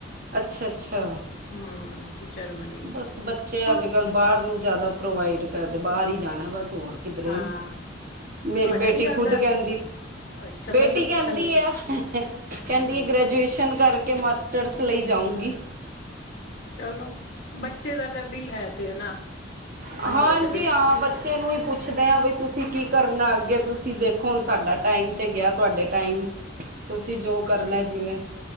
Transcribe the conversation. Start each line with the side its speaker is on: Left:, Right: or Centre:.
Right: ਅੱਛਾ-ਅੱਛਾ।
Left: ਹਮ ਜਰਮਨੀ
Right: ਬਸ ਬੱਚੇ
Left: ਸਭ
Right: ਅੱਜ ਕੱਲ ਬਾਹਰ ਨੂੰ ਜਿਆਦਾ ਪ੍ਰੋਵਾਈਡ ਕਰਦੇ ਬਾਹਰ ਹੀ ਜਾਣਾ ਬਸ। ਹੋਰ ਕਿਧਰੇ
Left: ਹਾਂ
Right: ਮੇਰੀ
Left: ਤੁਹਾਡਾ
Right: ਬੇਟੀ
Left: ਵੀ ਇਰਾਦਾ
Right: ਖੁਦ ਕਹਿੰਦੀ ਸੀ।
Left: ਅੱਛਾ
Right: ਬੇਟੀ
Left: ਮੈਂ ਇਓ ਪੁੱਛਣ
Right: ਕਹਿੰਦੀ
Left: ਲੱਗੀ
Right: ਆ
Left: ਸੀ
Right: ਕਹਿੰਦੀ
Left: ਹਮ
Right: ਹੈ ਗ੍ਰੈਜੂਏਸ਼ਨ ਕਰਕੇ ਮਾਸਟਰਸ ਲਈ। ਜਾਊਂਗੀ।
Left: ਚਲੋ ਬੱਚੇ ਦਾ ਅਗਰ ਦਿਲ ਹੈ ਤੇ ਹਨਾ। ਮਨ
Right: ਹਾਂਜੀ
Left: ਹੋਏ ਤੇ ਫਿਰ
Right: ਹਾਂ ਬੱਚੇ ਨੂੰ ਹੀ ਪੁੱਛਦੇ ਆ ਬਈ ਤੁਸੀਂ ਕੀ ਕਰਨਾ। ਅੱਗੇ ਤੁਸੀਂ ਦੇਖੋ ਹੁਨ ਸਾਡਾ ਟਾਈਮ ਤੇ ਗਿਆ ਤੁਹਾਡੇ ਟਾਈਮ। ਤੁਸੀਂ ਜੋ ਕਰਨਾ ਜਿਵੇਂ।